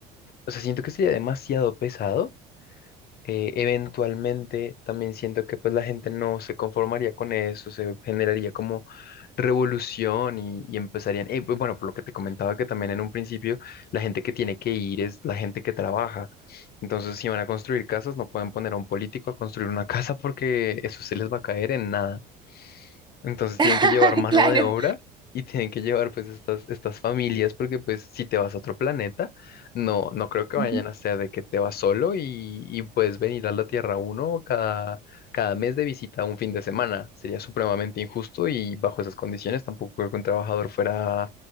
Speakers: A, on the left; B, on the right.
A: o sea, siento que sería demasiado pesado. eh, eventualmente también siento que pues la gente no se conformaría con eso, se generaría como revolución y, y empezarían, eh, pues, bueno, por lo que te comentaba que también en un principio la gente que tiene que ir es la gente que trabaja. Entonces, si van a construir casas, no pueden poner a un político a construir una <laughs> casa porque eso se les va a caer en nada. Entonces
B: <laughs>
A: tienen que llevar mano
B: Claro.
A: de obra y tienen que llevar pues estas, estas familias porque pues si te vas a otro planeta, no, no creo que vayan
B: Ujú,
A: a ser de que te vas solo y, y puedes venir a la Tierra uno cada, cada mes de visita un fin de semana. Sería supremamente injusto y bajo esas condiciones tampoco creo que un trabajador fuera